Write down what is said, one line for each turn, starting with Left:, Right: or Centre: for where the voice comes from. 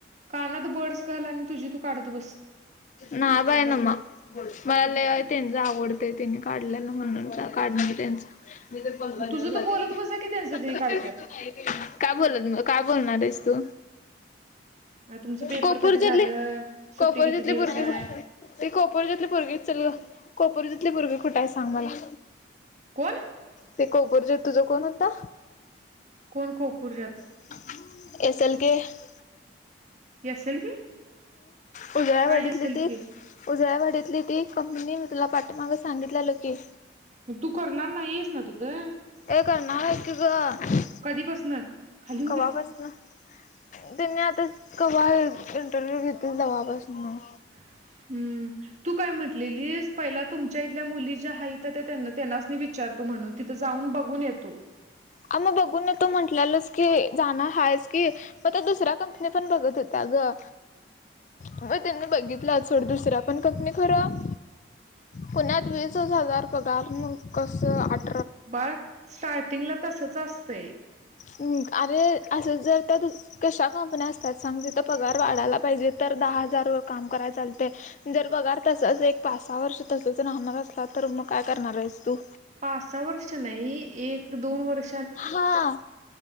Right: कानात बर्ड्स घाल आणि तुझी तू काढत बस
Left: नाय बाईना म मला ल त्यांच आवडतंय त्यांनी काढलेला म्हणून काढणार त्यांच मी तर पंधरा
Right: मग
Left: दिवस
Right: तुझं तू
Left: झाले
Right: बोलत बस जा की त्यांचं
Left: पंधरा
Right: त्यांनी काढत्यात
Left: दिवस काय बोलत काय बोलणार आहेस तू
Right: तुमचं पेपर
Left: कोपूरच्याली
Right: कधी झालं सुट्टी
Left: कोपरजथले
Right: किती दिवस
Left: भरगे
Right: आहे
Left: ते कोपरजथले भुगे चल ग कोपोरजिथले भुगे कुठे आहे सांग मला
Right: कोण
Left: ते <unintelligible> तुझ कोण होता
Right: कोण <unintelligible>
Left: <unintelligible>
Right: <unintelligible>
Left: उजळ्या
Right: काय
Left: वाडीतली
Right: असेल
Left: ती
Right: की
Left: उजळ्या वाडीतली ती कंपनी मी तुला पाठमागं सांगितलेलो की
Right: तू करणार नायेस ना तिथं
Left: ए करणार आहे कि ग
Right: कधीपासन खाली हो
Left: कवापासन
Right: काय
Left: त्यांनी आताच क इंटरव्ह्यू घेतली जवपासून म्हण
Right: हम्म तू काय म्हटलेली पहिला तुमच्या इथल्या मुली ज्या आहेत त्या त्यां त्यांना मच विचारतो म्हणून तिथं जाऊन बघून येतो
Left: आ म बघून तो म्हटलेलाच की जाण हायच की मग त्या दुसऱ्या कंपनी पण बघत होत्या ग मग त्यांनी बघितलं थोड दुसरा पण कक नाही खरं पुण्यात वीस हजार पगार कस आट
Right: बा स्टार्टिंगला तसच असतंय
Left: हमं अरे असल ज तर कशा कंपन्या असतात सांग तिथं पगार वाढायला पाहिजे तर दहा हजार वर काम कराय चालते. जर पगार तसाच एक पाच सहा वर्ष तसच राहणार असला तर मग काय करणार आहेस तू?
Right: पाच सहा वर्ष नाही एक दोन वर्ष
Left: हा.